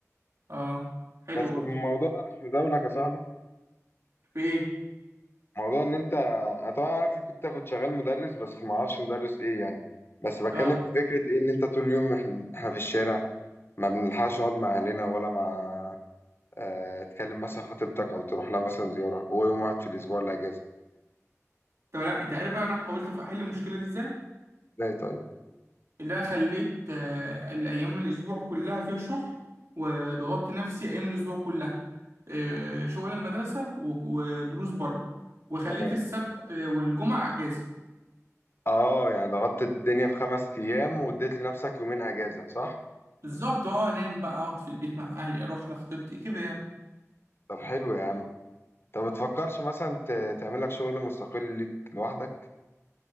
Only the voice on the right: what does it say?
اه حلو
برضو
في إيه
اه
طب لا أنت عارف بقى أنا حاولت أحل المشكلة دي إزاي
اللي انا خليت آه، الايام الاسبوع كلها فيها شغل وضغطت نفسي ايام الاسبوع كلها آه، شغل المدرسه و- ودروس بره وخليت
السبت والجمعه اجازه
بالظبط اه انام بقى اقعد في البيت مع اهلي اروح لخطيبتي كده يعني